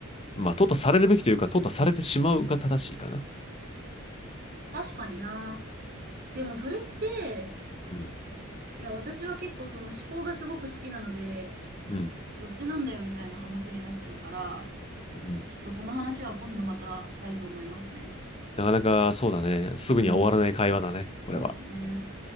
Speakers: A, on the left (about 30°); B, on the right (about 45°).
A: まあ、淘汰されるべきというか、淘汰されてしまうが正しいかな。
B: 確かにな。でもそれって、
A: うん。
B: いや、私は結構その思考がすごく好きなので、
A: うん。
B: どっちなんだよみたいな話になっちゃうから、
A: うん。
B: ちょっとこの話は今度またしたいと思いますね。
A: なかなかそうだね。すぐには終わらない会話だね。
B: うん。そうですね。
A: これは。